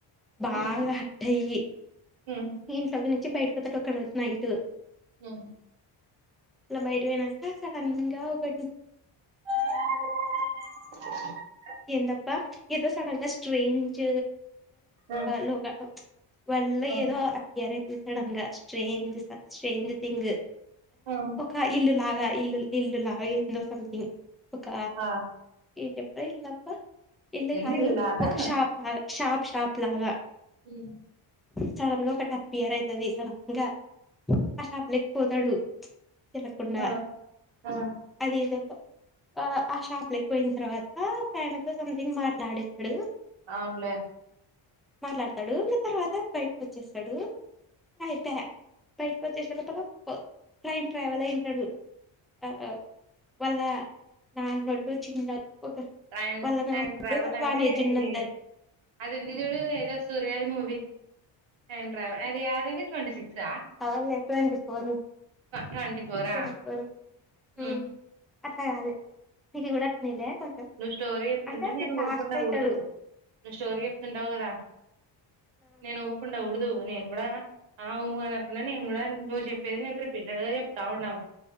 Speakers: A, in the centre; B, on the right.
A: బాగా
B: హ్మ్.
A: హట్ అయి
B: హ్మ్.
A: ఇంట్లో ఒక నుంచి బయటపోతడు ఒక నైట్
B: హ
A: అలా బయట పోయాక సడన్ గా ఒకటి
B: ఆ
A: ఎండబ్బ ఏదో సడన్ గా స్ట్రేంజ్
B: ఆ!
A: లోగా వాళ్ళ
B: ఆ!
A: ఏదో అప్పయర్ అయితు సడన్ గా స్ట్రేంజ్ <inaudible> స్ట్రేంజ్ థింగ్
B: ఆ!
A: ఒక ఇల్లు లాగా ఇల్లు ఇల్లు లాగ ఏందో సంథింగ్ ఒక
B: ఆ!
A: ఏటప్పుడ ఇల్లా ఇల్లు
B: ఏంది
A: కాదు
B: ఇల్లులాగా?
A: ఒక షాప్ లాగా షాప్ షాప్ లాగా
B: హ
A: సడన్ గా ఒక టప్ ఇయర్ అవుతుది సడన్ గా ఆ షాప్ లేకపోతాడు తలకుండా
B: ఆ! ఆ!
A: అది ఆ ఆ షాప్ క్ పోయిన తర్వాత ఒక ఆయనతో సంథింగ్ మాట్లాడేతాడు
B: అవునులే
A: మాట్లాడతాడు తర్వాత బయటకు వచ్చేస్తాడు అయిపోయా బయటకి వచ్చేసి లోపల టైమ్ ట్రావెల్ అయింటాడు ఆ వాళ్ళ నాన్నోళ్ళు చిన్న ఒక
B: టైం
A: వాళ్ళ నాన్నప్పుడు
B: టైం ట్రావెల్ అంటే
A: వాని ఏజ్ ఉన్నంత
B: ఇది అది ఉంది చూడు ఏదో సూర్యాది మూవీ టైమ్ ట్రావెల్ అది యాదది ట్వంటీక్స్
A: అవునులే ట్వంటీ ఫోర్
B: ట్వంటీ ఫోర్
A: ట్వంటీ
B: ఆ
A: ఫోర్
B: హ
A: ఉమ్ అట్లా కాదే ఇది కూడా <unintelligible>
B: నువ్వు స్టోరీ చెప్తుంటే
A: అంటే అది
B: నేను
A: లాస్ట్
B: వ్వకుండా
A: అయితాడు
B: ఉడదు నువ్వు స్టోరీ చెప్తుంటావు కదా
A: ఆ
B: నేను ఊకుండా ఉడ్దు నేను కూడా ఆ ఊ అనకుండా నేను కూడా నువ్వు చెప్పేది నేను రిపీటెడ్ గా చెప్తా ఉండలా